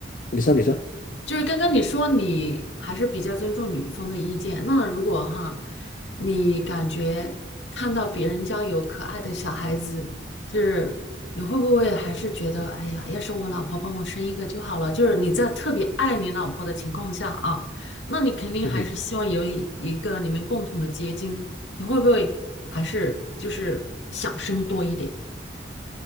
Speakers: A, on the left (about 45°); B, on the left (about 80°).
A: 你说，你说，
B: 就是刚刚你说你还是比较尊重女方的意见，那如果哈，你感觉看到别人家有可爱的小孩子，就是你会不会还是觉得，哎呀，要是我老婆帮我生一个就好了？就是你在特别爱你老婆的情况下啊，那你肯定还是希望有一一个你们共同的结晶，
A: 嗯哼。
B: 你会不会还是就是想生多一点？